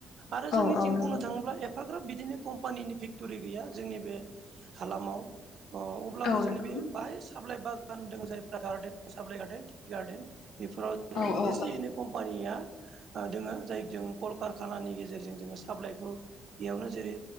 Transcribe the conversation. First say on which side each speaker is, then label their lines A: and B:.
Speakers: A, on the right; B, on the left.
A: आरो
B: औ
A: जोंनिथिं
B: औ नंगौ
A: बुंनो थाङोब्ला ए एफाग्राब बिदिनो कम्पानिनि फेक्टरि गैया जोंनि बे हालामाव अ अब्लाबो
B: औ
A: जोंनि
B: नंगौ
A: बे बाहाय सालाइ बागान द जायफ्रा गार्डेन साइ गार्देन टि गार्डेन बेफोराव जोङो
B: औ औ।
A: एसे एनै कम्पानिया दोंङो जायजों कलकारखानानि गेजेरजों जोंङो साप्लाइखौ बेयावनो जेरै